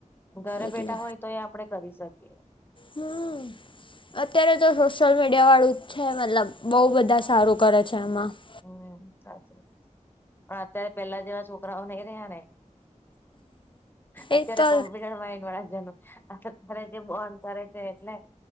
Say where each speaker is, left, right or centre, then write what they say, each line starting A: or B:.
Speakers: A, on the left; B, on the left.
A: ઘરે
B: એટલે
A: બેઠા હોય તોય આપડે કરી શકીએ- -
B: હમ- - અત્યારે તો સોશિયલ મીડિયા વાળું છે મતલબ બઉ બધા સારું કરે છે એમાં- -
A: હમ સાચું. અત્યારે પેલા જેવા છોકરાઓ નહી રહ્યા ને- - અત્યારે
B: એ તો
A: કોમ્પ્યુટર માઇન્ડ વાળા જનો- - અત્યારે જે બોંન કરે છે એટલે